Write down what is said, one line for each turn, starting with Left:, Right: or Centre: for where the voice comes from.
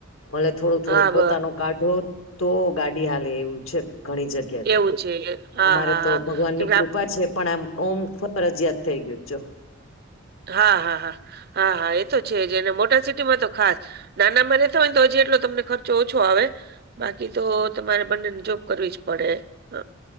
Left: ભલે થોડું થોડું
Right: હા
Left: પોતાનો
Right: બ
Left: કાઢો તો ગાડી હાલે એવું છે ઘણી જગ્યા
Right: એવું છે હા
Left: અમારે
Right: હા
Left: તો
Right: હા
Left: ભગવાન
Right: કેમકે
Left: ની કૃપા છે પણ આમ ઓમ ફરજયાત થઈ ગયું છો.
Right: હા હા હા હા હા એ તો છે જને મોટા સિટીમાં તો ખાસ નાના માં રેતા હોય ને તો હજી એટલો તમને ખર્ચો ઓછો આવે બાકી તો તમારે બંને જો બ કરવી જ પડે. અ,